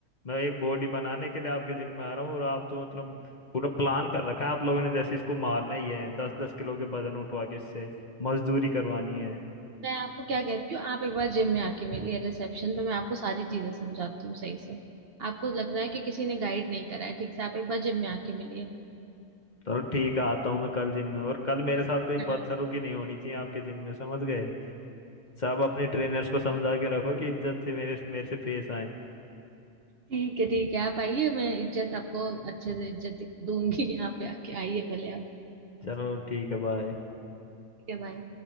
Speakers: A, on the left (about 40°); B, on the right (about 50°).
A: मैं एक बॉडी बनाने के लिए आपके जिम में आ रहा हूँ और आप तो मतलब पूरा प्लान कर रखा है आप लोगों ने जैसे इसको मारना ही है दस दस किलो के वजन उठवा के इससे मजदूरी करवानी है
B: मैं आपको क्या कहती हूँ आप एक बार जिम में आके मिलिए रिसेप्शन पे मैं आपको सारी चीजें समझाती हूँ सही से आपको लग रहा है कि किसी ने गाइड नहीं करा है ठीक से आप एक बार जिम में आके मिलिए
A: चलो ठीक है आता हूँ मैं कल जिम में और कल मेरे साथ कोई
B: हाँ।
A: बदसलूकी नहीं होनी चाहिए आपके जिम में समझ गए सब अपने ट्रेनर्स को समझा के रखो कि इज्जत से मेरे मेरे से पेश आए
B: ठीक है ठीक है आप आइए मैं इज्जत आपको अच्छे से इज्जत दूंगी यहाँ पे आके आइए पहले आप
A: चलो ठीक है बाय
B: ठीक है बाय